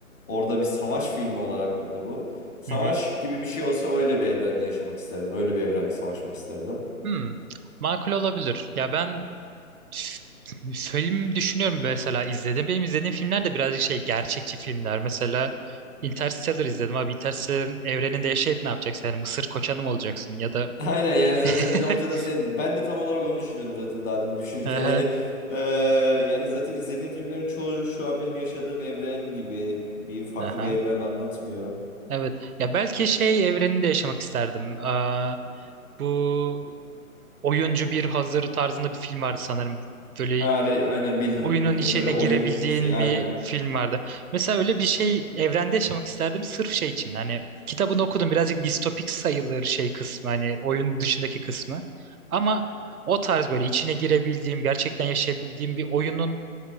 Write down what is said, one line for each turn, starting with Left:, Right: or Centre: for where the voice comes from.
Left: Orada bir savaş filmi olaraktı bu. Savaş
Right: Hı hı.
Left: gibi bir şey olsa öyle bir evrende yaşamak isterdim. Öyle bir evrende savaşmak isterdim.
Right: Hmm. Makul olabilir. Ya ben f- film düşünüyorum mesela izledim. Benim izlediğim filmler de birazcık şey gerçekçi filmler. Mesela Interstellar izledim abi. Interstellar'ın evreninde yaşayıp ne yapacaksın? Yani Mısır koçanı mı olacaksın? Ya
Left: <laughs>
Right: da
Left: Aynen
Right: <laughs>
Left: yani zaten bir noktada sen ben de tam olarak onu düşünüyordum zaten daha demin düşünürken
Right: Aha,
Left: hani e, yani zaten izlediğim filmlerin çoğu şu an benim yaşadığım evren gibi bir farklı
Right: aha.
Left: bir evren anlatmıyor.
Right: Evet. Ya belki şey evreninde yaşamak isterdim. Aa, bu oyuncu bir hazır tarzında bir film vardı sanırım. Böyle
Left: Ha, re- aynen bildim
Right: oyunun
Left: bildim
Right: içine
Left: böyle oyun
Right: girebildiğin
Left: şey aynen.
Right: bir film vardı. Mesela öyle bir şey evrende yaşamak isterdim sırf şey için. Hani kitabını okudum birazcık distopik sayılır şey kısmı hani oyun dışındaki kısmı. Ama o tarz böyle içine girebildiğim, gerçekten yaşayabildiğim bir oyunun